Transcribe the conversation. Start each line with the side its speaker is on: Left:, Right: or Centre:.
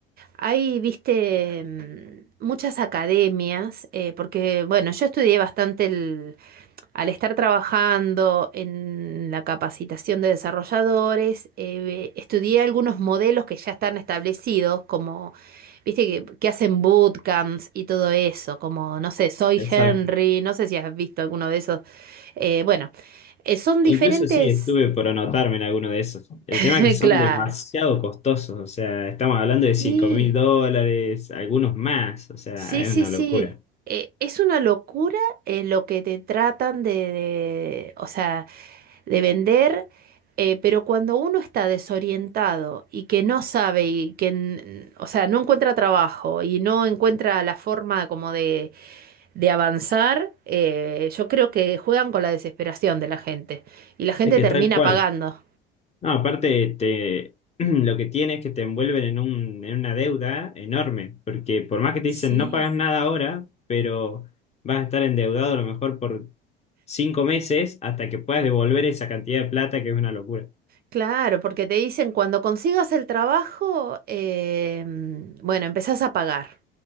Right: hay, viste, mm, muchas academias, eh, porque, bueno, yo estudié bastante Al estar trabajando en la capacitación de desarrolladores, eh, estudié algunos modelos que ya están establecidos, como, viste, que, que hacen bootcamps y todo eso, como, no sé, Soy
Left: Exacto.
Right: Henry, no sé si has visto alguno de esos. Eh, bueno, eh, son diferentes,
Left: Incluso sí, estuve por anotarme en alguno de esos. El
Right: <laughs>
Left: tema es que son
Right: claro.
Left: demasiado costosos, o sea, estamos hablando de cinco
Right: Sí.
Left: mil dólares, algunos más, o sea,
Right: Sí,
Left: es
Right: sí,
Left: una
Right: sí.
Left: locura.
Right: Eh, es una locura eh, lo que te tratan de, de- o sea, de vender, eh, pero cuando uno está desorientado y que no sabe y que, n- o sea, no encuentra trabajo y no encuentra la forma como de, de avanzar, eh, yo creo que juegan con la desesperación de la gente y la gente
Left: Es que
Right: termina
Left: tal cual.
Right: pagando.
Left: No, aparte, te, <clears throat> lo que tiene es que te envuelven en un, en una deuda enorme, porque por más que te
Right: Sí.
Left: dicen no pagas nada ahora, pero vas a estar endeudado a lo mejor por 5 meses hasta que puedas devolver esa cantidad de plata, que es una locura.
Right: Claro, porque te dicen cuando consigas el trabajo, em, bueno, empezás a pagar.